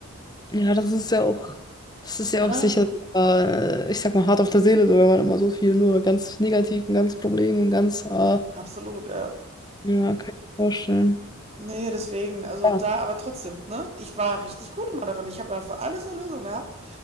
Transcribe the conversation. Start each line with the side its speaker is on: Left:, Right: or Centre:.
Left: Ja, das ist ja auch, das ist ja
Right: Ne?
Left: auch sicher, äh, ich sag mal, hart auf der Seele, so, wenn man immer so viel nur ganz negativ und ganz Problem und ganz, äh,
Right: Absolut, ja.
Left: ja, kann ich mir vorstellen.
Right: Nee, deswegen, also
Left: Ja.
Right: da, aber trotzdem, ne? Ich war richtig gut immer darin. Ich habe ja für alles eine Lösung gehabt.